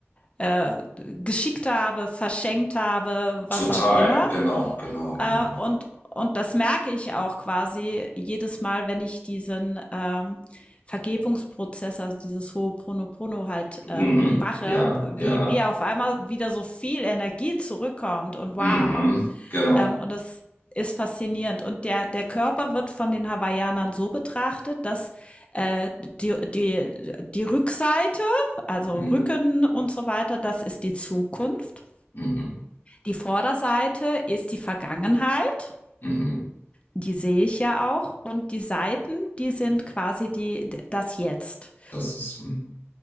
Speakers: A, on the left; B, on the left.
A: äh, geschickt habe, verschenkt habe, was
B: total.
A: auch immer.
B: Genau, genau,
A: Äh,
B: genau.
A: und, und das merke ich auch quasi jedes Mal, wenn ich diesen ähm, Vergebungsprozess, also dieses Ho'oponopono halt
B: Mhm.
A: ähm, mache,
B: Ja, ja.
A: wie, wie auf einmal wieder so viel Energie zurückkommt und
B: Mhm,
A: wow.
B: genau.
A: Ähm, und das ist faszinierend. Und der, der Körper wird von den Hawaiianern so betrachtet, dass äh, die, die, die Rückseite, also
B: Mhm,
A: Rücken und so weiter, das ist die Zukunft.
B: mhm,
A: Die Vorderseite ist die Vergangenheit
B: mhm.
A: die sehe ich ja auch. Und die Seiten, die sind quasi die, das Jetzt.
B: Das ist, hm,